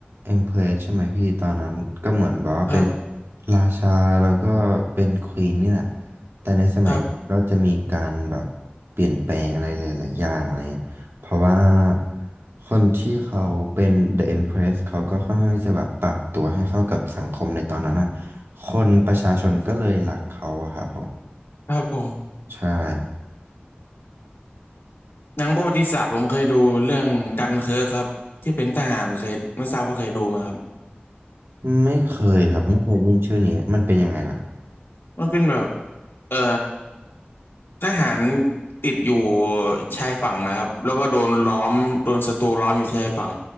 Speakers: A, on the right (about 80°); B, on the left (about 70°).
A: Empress ใช่ไหมพี่ตอนนั้นก็เหมือนแบบว่าเป็น
B: ครับ
A: ราชาแล้วก็เป็น Queen นี่แหละแต่ในสมัยนั้นก็จะมีการแบบเปลี่ยนแปลงอะไรหลายๆอย่างอะไรเงี้ยเพราะว่า
B: ครับ
A: คนที่เขาเป็น The Empress เขาก็ค่อนข้างที่จะแบบปรับตัวให้เข้ากับสังคมในตอนนั้นอ่ะคนประชาชนก็เลยรักเขาอะครับผม
B: ครับผม
A: ใช่ครับ
B: หนังประวัติศาสตร์ผมเคยดูเรื่องดันเคิร์กครับที่เป็นทหารเคยไม่ทราบว่าเคยดูไหมครับ
A: ไม่เคยครับไม่เคยได้ยินชื่อนี้มันเป็นยังไงล่ะครับ
B: มันเป็นแบบเอ่อทหารติดอยู่ชายฝั่งนะครับแล้วก็โดนล้อมโดนศัตรูล้อมอยู่ชายฝั่ง